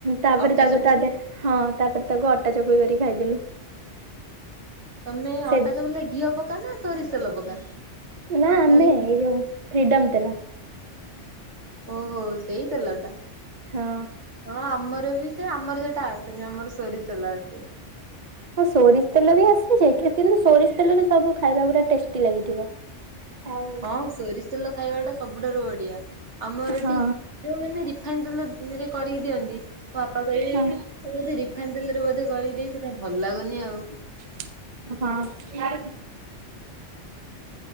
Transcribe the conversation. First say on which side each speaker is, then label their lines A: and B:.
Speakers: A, on the right (about 40°); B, on the right (about 70°).
A: ତାପରେ
B: ଅଟା
A: ତାକୁ
B: ଚକୁଳି।
A: ତା ଦେହରେ ହଁ ତାପରେ ତାକୁ ଅଟା ଚକୁଳି କରିକି ଖାଇଦେଲୁ।
B: ତମେ ଅଟା
A: ସେ
B: ଚକୁଳି ରେ ଘିଅ ପକା ନା ସୋରିଷ ତେଲ ପକା?
A: ନା ଆମେ
B: ରିଫାଇନ
A: ଏଇ
B: ତେଲ?
A: ଯୋଉ ଫିଡମ ତେଲ।
B: ଓହୋ ସେଇତେଲ ଟା।
A: ହଁ।
B: ହଁ ଆମର ବି ସେ ଆମର ସେଟା ଆସେନି ଆମର ସୋରିଷଲା ଆସେ।
A: ହଁ ସୋରିଷ ତେଲ ବି ଆସେଯେ କିନ୍ତୁ ସୋରିଷ ତେଲରେ ସବୁ ଖାଇବା ଗୁଡା ଟେଷ୍ଟି ଲାଗିଥିବ। ଆଉ
B: ହଁ ସୋରିଷ ତେଲ ଖାଇବା ଟା ସବୁଠାରୁ ବଢିଆ ଆମର
A: ହଁ
B: ଏଠି ଯୋଉ ମାନେ ରିଫାଇନ ତେଲ ରେ କରିକି ଦିଅନ୍ତି ବାପା କହିବେ
A: ହଁ
B: ତ ବୋଧେ ରିଫାଇନ ତେଲରେ ବୋଧେ କରିଦେଇ ସେଥିାପାଇ ଭଲ ଲାଗୁନି ଆଉ।
A: ହଁ। <unintelligible>